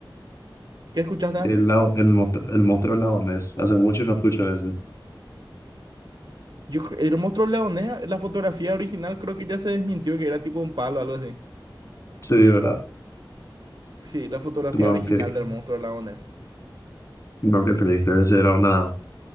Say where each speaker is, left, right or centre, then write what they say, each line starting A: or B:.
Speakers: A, on the right; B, on the left.
A: ¿Qué escuchaste
B: El,
A: antes?
B: lao- el, mot- el mostró laonés. Hace mucho no escucho ese.
A: Yo, cre- el monstruo leonés, la fotografía original creo que ya se desmintió que era tipo un palo o algo así.
B: Sí, ¿verdad?
A: Sí, la fotografía
B: Bueno,
A: original
B: que
A: del monstruo leonés.
B: no que creíste, ese era una.